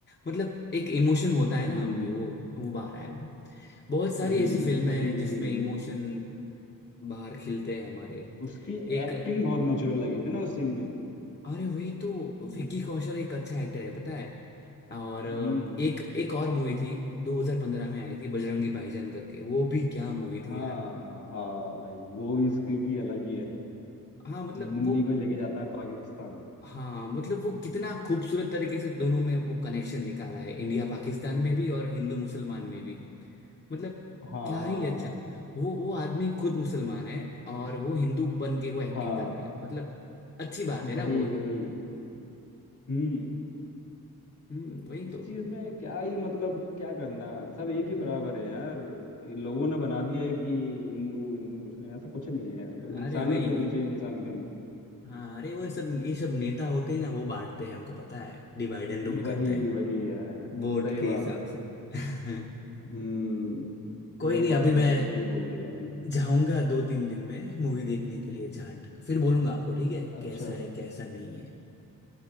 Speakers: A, on the left; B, on the left.
A: मतलब एक इमोशन होता
B: हम्म
A: है ना हम पे वो वो बाहर आया था बहुत सारी
B: वही
A: ऐसी फिल्में
B: वही
A: हैं
B: वही
A: जिसमें इमोशन बाहर खिलते हैं हमारे
B: उसकी
A: एक
B: एक्टिंग बहुत नेचुरल लगी थी ना उस सीन में
A: अरे वही तो विकी कौशल एक अच्छा एक्टर है पता है और
B: हम्म
A: एक एक और मूवी थी 2015 में आई थी बजरंगी भाईजान करके वो भी क्या मूवी
B: हाँ
A: थी यार
B: हाँ भाई वो भी उसकी भी अलग ही है
A: हाँ मतलब
B: मुन्नी
A: वो
B: को लेके जाता है पाकिस्तान
A: हाँ मतलब वो कितना खूबसूरत तरीके से दोनों में वो कनेक्शन निकाला है इंडिया पाकिस्तान में भी और हिंदू मुसलमान में भी मतलब
B: हाँ
A: क्या
B: हाँ
A: ही अच्छा
B: हाँ
A: वो वो आदमी खुद मुसलमान है और वो हिंदू बन के वो एक्टिंग
B: हाँ
A: कर रहा है मतलब अच्छी बात है
B: वही
A: ना वो
B: वही हम्म
A: हम्म वही तो
B: इस चीज में क्या ही मतलब क्या करना सब एक ही बराबर है यार ये लोगों ने बना दिया है कि हिंदू हिंदू मुस्लिम ऐसा कुछ नहीं है यार बस इंसानियत
A: अरे वही
B: होनी चाहिए इंसान के अंदर
A: हाँ अरे वो सब ये सब नेता होते हैं ना वो बांटते हैं हमको पता है डिवाइड एंड रूल
B: वही
A: करते हैं
B: वही यार
A: वोट
B: सही
A: के
B: बात
A: हिसाब
B: है
A: से <laughs>
B: हम्म
A: कोई
B: ये
A: नहीं
B: बात
A: अभी मैं
B: तो सही बोल दी आपने
A: जाऊंगा दो तीन दिन में मूवी देखने के लिए जाट फिर बोलूंगा आपको ठीक है
B: अच्छा
A: कैसा है कैसा नहीं है